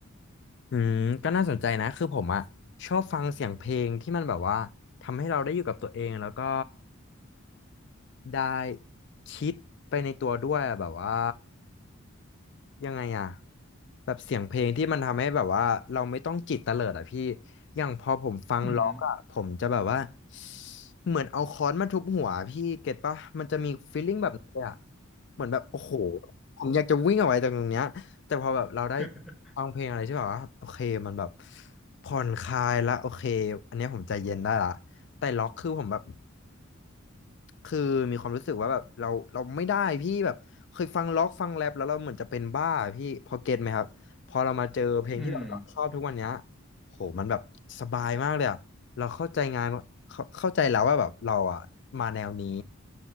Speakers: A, on the left; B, in the centre.
A: อืมก็น่าสนใจนะคือผมอะชอบฟังเสียงเพลงที่มันแบบว่าทำให้เราได้อยู่กับตัวเองแล้วก็ได้คิดไปในตัวด้วยอะแบบว่ายังไงอะแบบเสียงเพลงที่มันทำให้แบบว่าเราไม่ต้องจิตเตลิดอ่ะพี่อย่างพอผมฟังล็อกอะผมจะแบบว่า
B: อือหือ
A: เหมือนเอาค้อนมาทุบหัวพี่เก็ตปะมันจะมีฟีลลิ่งแบบนี้เลยอะเหมือนแบบโอ้โหผมอยากจะวิ่งออกไปจากตรงเนี้ยแต่พอแบบเราได้
B: <laughs>
A: ฟังเพลงอะไรที่แบบว่าโอเคมันแบบผ่อนคลายละโอเคอันเนี้ยผมใจเย็นได้ละแต่ล็อกคือผมแบบคือมีความรู้สึกว่าแบบเราเราไม่ได้พี่แบบเคยฟังล็อกฟังแรปแล้วเราเหมือนจะเป็นบ้าอะพี่พอเก็ตไหมครับพอเรามาเจอเพลงที่แบบเราชอบทุกวันเนี้ย
B: อืม
A: โหมันแบบสบายมากเลยอะ เราเข้าใจงานเข้าเข้าใจแล้วว่าแบบเราอ่ะมาแนวนี้